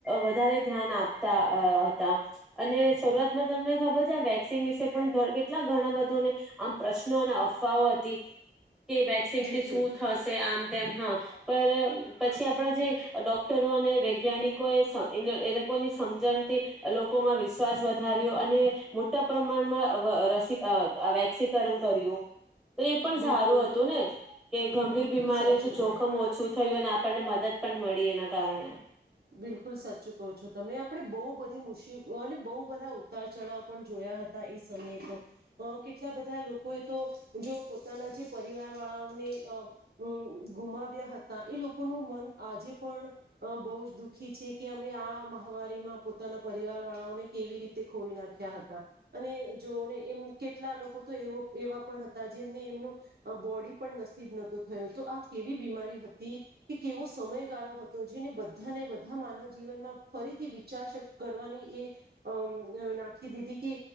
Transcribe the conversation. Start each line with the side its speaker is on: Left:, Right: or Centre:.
Centre: વધારે ધ્યાન આપ તા અ હતા અને શરૂઆતમાં તમને ખબર છે આ વેક્સિન વિશે પણ ઘર કેટલા ઘણા બધાને આમ પ્રશ્નો અને અફવાઓ હતી. કે વેક્સિનથી
Right: બિલકુલ
Centre: શું થશે આમ તેમ હા પર પછી આપણા જે ડોક્ટરો અને વૈજ્ઞાનિકોએ સમ એ લોકોની સમ સમજણથી અ લોક - લોકો માં વિશ્વાસ વધાર્યો અને મોટા પ્રમાણમાં વ વ રસી વેક્સીકરણ કર્યું. તો એ પણ
Right: બિલકુલ
Centre: સારું હતું ને કે ગંભીર
Right: બિલકુલ
Centre: બીમારીઓ
Right: સાચું
Centre: તો જોખમ
Right: કહો
Centre: ઓછું થયું અને આપણને મદદ પણ મળી એના કારણે
Right: બિલકુલ સાચું કહો છો તમે આપણે બો બધી મુશ્કેલી અને બહુ બધા ઉતાર ચઢાવ પણ જોયા હતા એ સમયે તો, અ કેટલા બધા લોકોએ તો જો પોતાના જે પરિવાર વાળાને અ ગુમાવ્યા હતા. એ લોકોનું મન આજે પણ બો જ દુખી છે કે અમે આ મહામારીમાં પોતાના પરિવાર વાળાઓને કેવી રીતે ખોવી નાખ્યા હતા અને જોને એમ કેટલા લોકો તો એ એવા પણ હતા, જેમને એમનું બોડી પણ નસીબ નતું થયુ તો આ કેવી બીમારી હતી કે કેવો સમયગાળો હતો જેને બધ બધાને બધા માનવ જીવનમાં ફરીથી વિચાર શક કરવાની અ એ નાખી દીધી કે